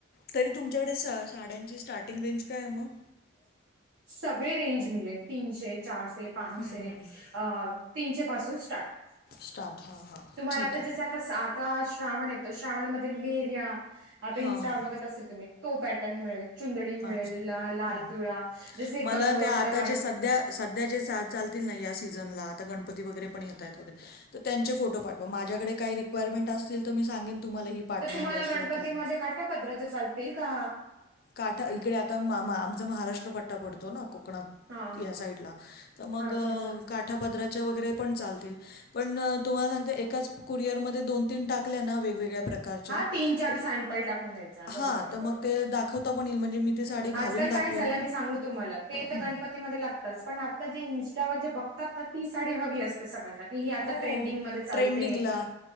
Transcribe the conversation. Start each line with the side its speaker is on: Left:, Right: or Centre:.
Left: तरी तुमच्याकडे साड्यांची स्टार्ट टिंग रेंज काय हाय मग?
Right: सगळी रेंज मिळेल तीनशे, चारशे. पाचशे
Left: हम्म हम्म
Right: तीनशे पासून स्टार्ट
Left: स्टार्ट हां हां
Right: तुम्हाला
Left: ठीक
Right: ते
Left: आहे
Right: आता आ आता श्रावण येतोय श्रावणमध्ये लेहरिया आता
Left: हां
Right: इन्स्टावर
Left: हां
Right: बघत असेल तुम्ही? तो पॅटर्न मिळेल चुंदडी मिळेल
Left: अच्छा
Right: लाल,
Left: हम्म.
Right: पिवळा जसे
Left: मला
Right: गनगोर
Left: त्या
Right: मध्ये
Left: आता
Right: माणसं
Left: जे सध्या सध्या जे चा चालतील या सीजनला आता गणपती वगैरे पण येत आहेत वगैरे. तर त्यांचे फोटो पाठवा माझ्याकडे काही रिक्वायरमेंट असतील तर मी सांगेन तुम्हाला पाठवून
Right: ते तुम्हाला
Left: द्या
Right: गणपतीमध्ये
Left: किंवा काय
Right: काटा पद्राचे चालतील का
Left: काठा इकडे आता मा मा आमचा महाराष्ट्र पट्टा पडतो ना कोकणात.
Right: हा
Left: या साईडला तर मग
Right: अच्छा अच्छा
Left: काठापदराच्या वगैरे पण चालतील. पण तुम्हाला सांगते एकाच कुरिअर मध्ये दोन, तीन टाकल्या ना वेगवेगळ्या प्रकार प्रकारच्या
Right: हा तीन चार सॅम्पल टाकून द्यायचा
Left: हा
Right: बरोबर
Left: तर मग
Right: बरोबर
Left: ते दा खवता येईल म्हणजे मी ती साडी घालून
Right: आजकाल
Left: दाखवेन.
Right: काय झालं मी सांगू तुम्हाला ते तर
Left: हं.
Right: गणपतीमध्ये लागतात पण आता जे इन्स्टावर जे बघतात ना ती साडी हवी असत ते सगळ्यांना की ही आता
Left: हो
Right: ट्रेडिंग मध्ये चालते
Left: ट्रेंडिंगला